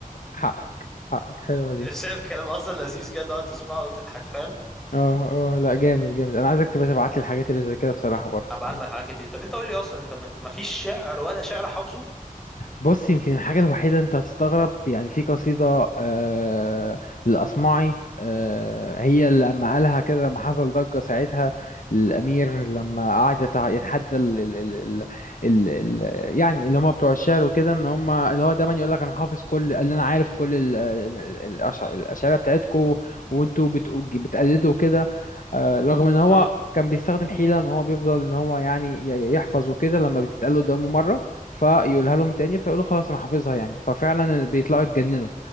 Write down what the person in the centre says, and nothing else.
شايف الكلام أصلا لذيذ كده تقعد تسمعه وتضحك فاهم
هبعت
لك حاجات كتير طب أنت قول لي أصلا أنت ما أنت ما فيش شعر ولا شعر حافظه
اه